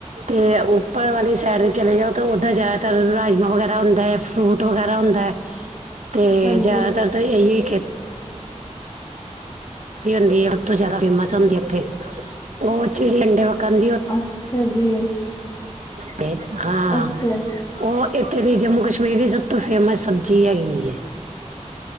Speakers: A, on the right; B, on the left.
A: ਤੇ ਉਪਰ ਵਾਲੀ ਸਾਈਡ ਤੇ ਚਲੇ ਜਾਓ ਤਾਂ ਓਦਰ ਜਾਦਾਤਰ ਰਾਜਮਾਂ ਵਗੈਰਾ ਹੁੰਦਾ ਐ ਫਰੂਟ ਵਗੈਰਾ ਹੁੰਦਾ ਐ।
B: <inaudible>
A: ਤੇ
B: ਹਾਂਜੀ
A: ਜਾਦਾਤਰ ਤਾ ਏਹੀ ਖੇ ਦੀ ਹੁੰਦੀ ਆ ਸਭ ਤੋਂ ਜਾਦਾ ਫੇਮਸ ਹੁੰਦੀ ਏ ਏਥੇ, ਓ ਚਿੜੀ ਅੰਡੇ ਵੱਕਣ
B: ਅੱਛਾ ਜੀ।
A: ਤੇ ਹਾਂ
B: ਅੱਛਾ,
A: ਓ ਏਥੇ ਦੀ ਜੰਮੂ ਕਸ਼ਮੀਰ ਦੀ ਸਬ ਤੋਂ ਫੇਮਸ ਸਬਜ਼ੀ ਹੈਗੀ ਐ।